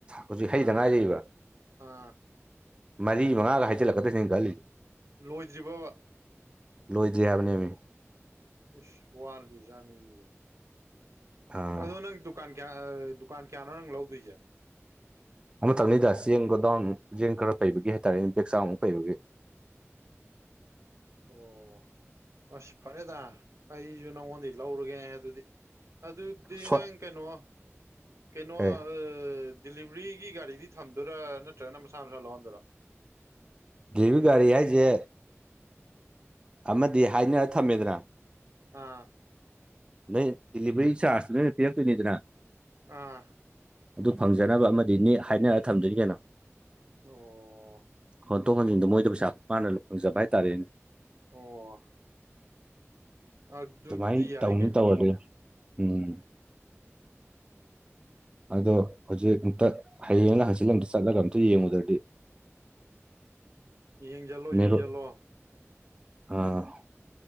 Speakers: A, on the right (about 20°); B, on the right (about 75°).
A: ꯍꯧꯖꯤꯛ ꯍꯩꯗ
B: ꯑꯥ
A: ꯉꯥꯏꯔꯤꯕ
B: ꯑꯥ
A: ꯃꯔꯤ ꯃꯉꯥꯒ ꯍꯥꯏꯖꯤꯜꯂꯛꯀꯗ꯭ꯔꯁꯤꯅꯤ ꯑꯩꯅ ꯈꯜꯂꯤꯁꯤ
B: ꯂꯣꯏꯗ꯭ꯔꯤꯕꯕ
A: ꯂꯣꯏꯗ꯭ꯔꯤ ꯍꯥꯏꯕꯅꯦꯃꯤ
B: ꯏꯁ ꯋꯥꯠꯂꯤꯖꯥꯠꯅꯤꯗꯨꯗ
A: ꯑꯥ
B: ꯑꯗꯣ ꯅꯪ ꯗꯨ ꯗꯨꯀꯥꯟ ꯀꯌꯥ ꯑ ꯗꯨꯀꯥꯟ ꯀꯌꯥꯅꯣ ꯅꯪ ꯂꯧꯗꯣꯏꯖꯦ
A: ꯑꯃꯇꯪꯅꯤꯗ ꯆꯦꯡ ꯒꯣꯗꯥꯎꯟ ꯃꯨꯛ ꯆꯦꯡ ꯈꯔ ꯄꯩꯕꯒꯤ ꯍꯥꯏꯇꯥꯔꯦꯅꯦ ꯕꯦꯛ ꯆꯥꯝꯃꯃꯨꯛ ꯄꯩꯕꯒꯤ
B: ꯑꯣ ꯑꯁ ꯐꯔꯦꯗ ꯑꯩꯁꯨ ꯅꯉꯣꯟꯗꯤ ꯂꯧꯔꯒꯦ ꯑꯗꯨꯗꯤ ꯑꯗꯨꯗꯤ
A: ꯁꯣꯠ
B: ꯅꯪ ꯀꯩꯅꯣ ꯀꯩꯅꯣ
A: ꯑꯦ
B: ꯑ ꯗꯤꯂꯤꯕꯔꯤꯒꯤ ꯒꯥꯔꯤꯗꯤ ꯊꯝꯗꯣꯏꯔꯥ ꯅꯠꯇ꯭ꯔꯒꯅ ꯃꯁꯥ ꯃꯁꯥ ꯂꯧꯍꯟꯗꯣꯏꯔꯣ
A: ꯒꯦꯍꯨ ꯒꯥꯔꯤ ꯍꯥꯏꯁꯦ ꯑꯃꯗꯤ ꯍꯥꯏꯅꯔ ꯊꯝꯃꯦꯗꯅ
B: ꯑꯥ
A: ꯅꯣꯏ ꯗꯤꯂꯤꯕꯔꯤ ꯆꯥꯔꯁꯇꯤ ꯅꯣꯏꯅ ꯄꯤꯔꯛꯇꯣꯏꯅꯤꯗꯅ
B: ꯑꯥ
A: ꯑꯗꯨ ꯐꯪꯖꯅꯕ ꯑꯃꯗꯤꯅꯤ ꯍꯥꯏꯅꯔ ꯊꯝꯗꯣꯏꯅꯤ ꯀꯩꯅꯣ
B: ꯑꯣ
A: ꯍꯣꯟꯇꯣꯛ ꯍꯣꯟꯖꯤꯟꯗ ꯃꯣꯏꯗ ꯄꯩꯁꯥ ꯃꯥꯟꯅ ꯐꯪꯖꯕ ꯍꯥꯏꯇꯥꯔꯦꯅꯦ
B: ꯑꯣ ꯑꯗꯨꯗꯤ
A: ꯑꯗꯨꯃꯥꯏꯅ
B: ꯌꯥꯏ
A: ꯇꯧꯅꯤ
B: ꯀꯩꯅꯣ
A: ꯇꯧꯔꯒ ꯎꯝ ꯑꯗꯣ ꯍꯧꯖꯤꯛ ꯑꯝꯇ ꯍꯌꯦꯡꯂ ꯍꯡꯆꯤꯠꯂ ꯑꯝꯇ ꯆꯠꯂꯒ ꯑꯝꯇ ꯌꯦꯡꯉꯨꯗ꯭ꯔꯗꯤ <inaudible>
B: ꯌꯦꯡꯖꯜꯂꯣ
A: ꯃꯦꯔꯣ
B: ꯌꯦꯡꯖꯜꯂꯣ
A: ꯑꯥ